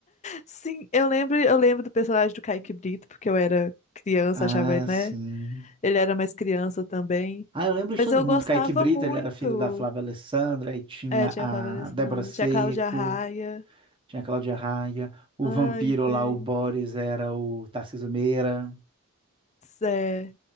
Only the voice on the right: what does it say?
Ah,
sim.
Ah, eu lembro
de todo
mundo.
Kaique Brito,
ele era filho da Flávia Alessandra, e tinha
a
Débora Seco,
tinha a Cláudia Raia, o
vampiro
lá, o Boris, era o Tarcísio Meira.